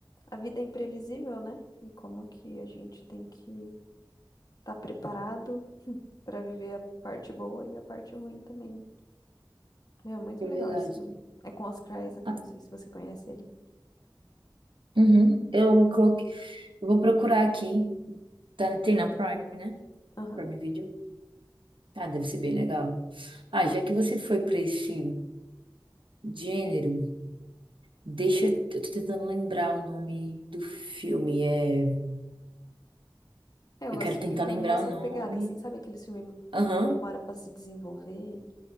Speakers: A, on the left; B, on the right.
A: a vida é imprevisível, né? E como que a gente tem que estar preparado pra viver a parte boa e a parte ruim também. Meu, é muito
B: é
A: legal
B: verdade.
A: esse filme. É com Oscar Isaac,
B: Ah,
A: não sei se você conhece ele.
B: uhum. Eu coloquei, eu vou procurar aqui. Tá, tem na Prime, né?
A: Aham.
B: Prime Video. Ah, deve ser bem legal. Ah, já que você foi para esse gênero, deixa. Eu tô tentando lembrar o nome do filme. É,
A: É, eu
B: eu
A: gosto
B: quero tentar
A: de filme
B: lembrar
A: nessa
B: o nome.
A: pegada, assim, sabe aquele filme
B: Aham,
A: que demora pra se desenvolver?